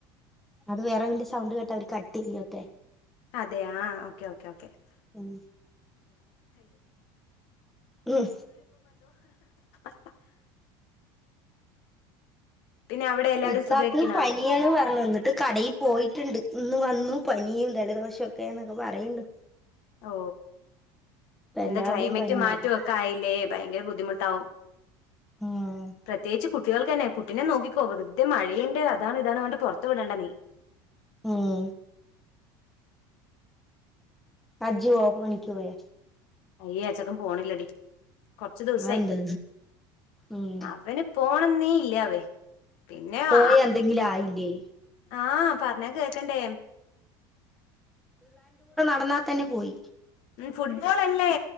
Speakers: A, in the centre; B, on the left (about 65°).
A: അത് വേറെ ഇതിന്റെ സൗണ്ട് കേട്ടാ അവര് കട്ടെയ്യോത്തെ
B: അതെ ആ ഓക്കേ ഓക്കേ ഓക്കേ <inaudible>
A: ഉം ഉം
B: <inaudible> പിന്നെ അവിടെ എല്ലാവരും
A: ഇക്കാക്ക്
B: സുഖായിരിക്കണാ
A: പനിയാണ് പറഞ്ഞു ഇന്നിട്ട് കടയി പോയിട്ടുണ്ട് ഇന്ന് വന്നു പനിയും ജലദോഷൊക്കെ എന്നൊക്കെ പറയിണ്ട്
B: ഓ എന്താ
A: എല്ലാവിടെയും
B: ക്ലൈമറ്റ്
A: പനിയല്ലേ
B: മാറ്റൊക്കെ ആയില്ലേ ഭയങ്കര ബുദ്ധിമുട്ടാവും
A: ഉം
B: പ്രത്യേകിച്ച് കുട്ടികൾ ക്കന്നെ കുട്ടിനെ നോക്കിക്കോ വെറുതെ മഴയുണ്ട് അതാണ് ഇതാണ് വേണ്ട പുറത്ത് വിടേണ്ട നീ
A: ഉം അജുഓന്ന് വിളിക്കണ്
B: അയ്യ അച്ചെക്കൻ പോണില്ലടി കൊറച്ചു ദിവസായി
A: അതെന്താ ഉം
B: അവന് പോണംന്നേ ഇല്ലാവേ പിന്നെ
A: പോയ
B: ആ
A: എന്തെങ്കിലും ആയില്ലേ
B: ആ പറഞ്ഞ കേക്കണ്ടേ
A: ഇന്നാ തന്നെ പോയി
B: ഫുട്ബോളല്ലേ